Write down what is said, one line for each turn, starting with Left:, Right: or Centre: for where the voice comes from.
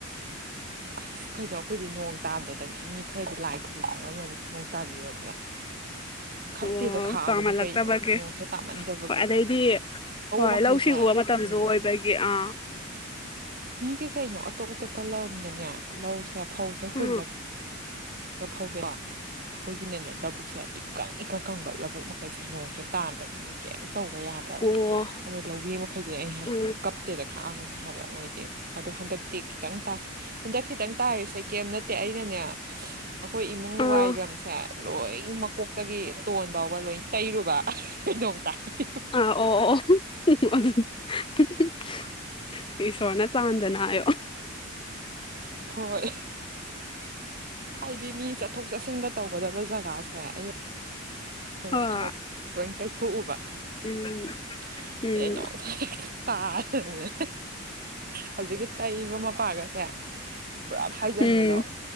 Right: ꯑꯁ ꯀꯩꯅꯣ ꯑꯩꯈꯣꯏꯗꯤ ꯅꯣꯡ ꯇꯥꯗꯗꯅ ꯃꯤ ꯈꯔꯗꯤ ꯂꯥꯏ ꯈꯨꯔꯨꯝꯅꯔꯝꯃꯅꯤ ꯅꯣꯡ ꯇꯥꯕꯤꯌꯣꯗꯅ
Left: <unintelligible>
Right: ꯈꯞꯇꯦꯗ
Left: ꯑꯣ
Right: ꯈꯥꯛꯑꯕꯅꯤ
Left: ꯇꯥꯃꯜꯂꯛꯇꯕꯒꯤ
Right: ꯀꯩꯅꯣ ꯅꯣꯡꯁꯦ ꯇꯥꯃꯟꯗꯕꯒꯤ
Left: ꯍꯣꯏ ꯑꯗꯩꯗꯤ ꯍꯣꯏ
Right: ꯃꯈꯩꯁꯦ
Left: ꯂꯧ ꯁꯤꯡꯎꯕ ꯃꯇꯝꯁꯨ
Right: ꯎꯝ
Left: ꯑꯣꯏꯕ <unintelligible> ꯑ
Right: ꯃꯤꯒꯤ ꯀꯩꯅꯣ ꯑꯇꯣꯞ ꯑꯇꯣꯞꯄ ꯂꯝꯗꯅꯦ ꯂꯧꯁꯦ ꯐꯧꯁꯦ ꯍꯨꯜꯂꯒ
Left: ꯑꯥ ꯑꯥ
Right: ꯐꯧꯗꯣ ꯑꯩꯈꯣꯏꯒꯤꯅꯅꯦ ꯂꯧꯕꯨꯛꯁꯦ ꯏꯀꯪ ꯏꯀꯪ ꯀꯪꯕ ꯂꯧꯕꯨꯛ <unintelligible> ꯅꯣꯡꯁꯦ ꯇꯥꯗ꯭ꯔꯕꯅꯤꯅ ꯀꯩꯝ ꯇꯧꯕ ꯌꯥ <unintelligible> ꯑꯗꯅ
Left: ꯑꯣ ꯑꯣ ꯑꯣ ꯑꯣ
Right: ꯂꯧꯃꯤ ꯃꯈꯩꯁꯦ ꯑꯩ ꯍꯥꯏꯁꯤꯅꯦ
Left: ꯑꯥ
Right: ꯀꯞꯇꯦꯗ ꯈꯥꯛꯑꯃꯅꯤ ꯍꯥꯏꯕ ꯃꯣꯏꯗꯤ ꯑꯗꯣ ꯍꯟꯗꯛꯇꯤ ꯈꯤꯇꯪ ꯇꯥꯏ ꯍꯟꯗꯛ ꯈꯤꯇꯪ ꯇꯥꯔꯤꯁꯦ ꯀꯩꯝ ꯅꯠꯇꯦ ꯑꯩꯅꯅꯦ ꯑꯩꯈꯣꯏ ꯏꯃꯨꯡ
Left: ꯑꯥ
Right: ꯋꯥꯏꯔꯝꯁꯦ ꯂꯣꯏ ꯃꯀꯣꯛꯇꯒꯤ ꯇꯣꯟ ꯐꯥꯎꯕ ꯂꯣꯏ ꯇꯩꯔꯨꯕ <unintelligible> ꯅꯣꯡ ꯇꯥꯔꯛ <unintelligible>
Left: ꯑꯥ ꯑꯣ ꯑꯣ <unintelligible> ꯏꯁꯣꯔꯅ ꯆꯥꯟꯗꯅ ꯍꯥꯏꯌꯣ
Right: ꯍꯣꯏ ꯍꯥꯏꯗꯤ ꯃꯤ ꯆꯠꯊꯣꯛ ꯆꯠꯁꯤꯟꯒ ꯇꯧꯒꯗꯕ ꯖꯒꯥꯁꯦ ꯑꯩꯅ ꯑꯗꯨ
Left: ꯍꯣꯏ
Right: ꯊꯕꯛ ꯂꯣꯏ ꯇꯩꯊꯣꯛꯎꯕ
Left: ꯎꯝ
Right: <unintelligible>
Left: ꯎꯝ
Right: ꯇꯥꯗꯅꯅꯦ ꯍꯧꯖꯤꯛꯀꯤ ꯇꯩꯕ ꯃꯄꯥꯒꯁꯦ ꯄꯨꯂꯞ ꯍꯥꯏꯖꯤꯟꯕꯗꯣ
Left: ꯎꯝ